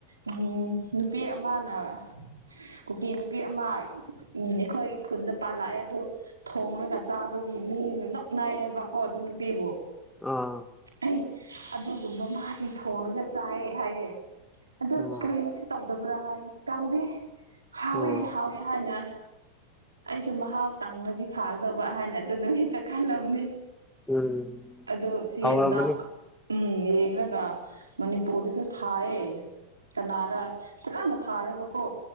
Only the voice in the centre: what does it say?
ꯑꯥ
ꯑꯣ
ꯎꯝ
ꯎꯝ
ꯍꯧꯔꯕꯅꯤ